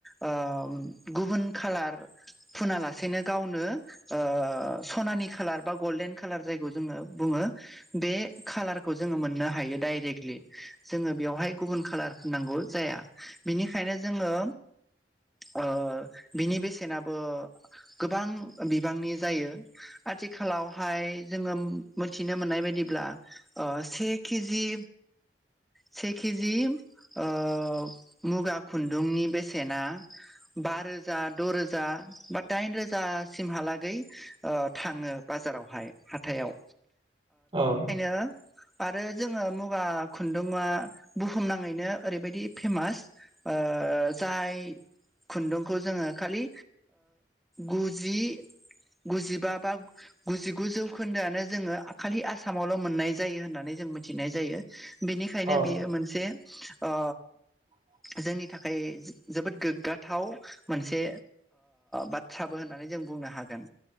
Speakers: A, in the centre; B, on the right (about 30°).
A: ओ गुबुन खालार फुना लासेनो गावनो ओ सनानि खालार बा गल्डेन खालार जायखौ जोङो बुङो । बे खालारखौ जोङो मोननो हायो डायरेक्टलि। जोङो बेवहाय गुबुन कालार फोननांगौ जाया। बिनिखायनो जोङो ओ बिनि बेसेनाबो गोबां बिबांनि जायो । आरो आथिखालावहाय जोङो मिथिनो मोननाय बायदिब्ला ओ से केजि से केजि ओ मुगा खुन्दुंनि बेसेना बा रोजा द' रोजा बा दाइन रोजासिमहालागै ओ थाङो बा बाजारावहाय हाथायाव।
B: औ
A: हो आरो जोङो मुगा खुन्दुआ बुहुमनाङैनो ओरैबायदि फेमास ओ ओ जाय खुन्दुंखौ जोङो खालि गुजि गुजिबा बा गुजिगु जौखोन्दोआनो जोङो खालि आसाम आसामावल' मोननाय जायो होननानै जों मिथिनाय जायो। बिनिखायनो
B: औ
A: बियो मोनसे ओ
B: <inaudible>
A: जोंनि थाखाय जोबोद गोग्गाथाव मोनसे बाथ्राबो होननानै जों बुंनो हागोन।